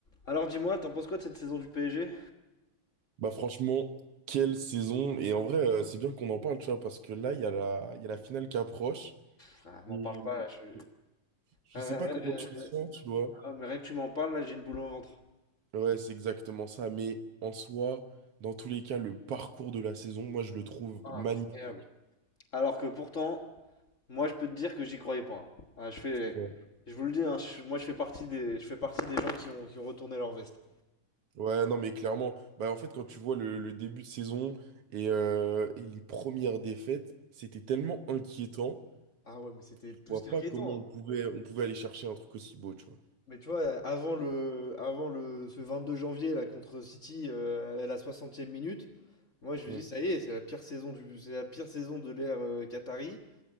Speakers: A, on the left; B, on the right.
A: Alors dis-moi, t'en penses quoi de cette saison du PSG?
B: Bah franchement, quelle saison! Et en vrai, euh, c'est bien qu'on en parle, tu vois, parce que là, il y a la, il y a la finale qui approche.
A: Frère, m'en
B: Et
A: parle pas, là, je...
B: euh, je
A: Ah,
B: sais
A: rien-
B: pas comment
A: rien-
B: tu
A: rien-
B: le sens,
A: <laughs>
B: tu vois.
A: ah, mais rien que tu m'en parles, là, j'ai une boule au ventre.
B: Ouais, c'est exactement ça. Mais en soi, dans tous les cas, le parcours de la saison, moi, je le trouve
A: Ah,
B: magnifique.
A: incroyable. Alors que pourtant, moi, je peux te dire que j'y croyais pas. hein. Ah, je fais...
B: Ouais,
A: Je vous le dis, hein, je- moi, je fais partie des, je fais partie des gens qui ont, qui ont retourné leur veste. hein.
B: Ouais, non, mais clairement, bah en fait, quand tu vois le, le début de saison et, euh, et les premières défaites, c'était tellement inquiétant.
A: Ah ouais, mais c'était
B: Je
A: plus
B: vois
A: qu'inquiétant.
B: pas comment on
A: hein.
B: pouvait, on pouvait aller chercher un truc aussi beau, tu vois.
A: Mais tu vois, avant le, avant le, ce 22 janvier, là, contre City, euh, à la 60e minute, moi, je
B: Mm.
A: me dis, ça y est, c'est la pire saison du, c'est la pire saison de l'ère euh, Qatari.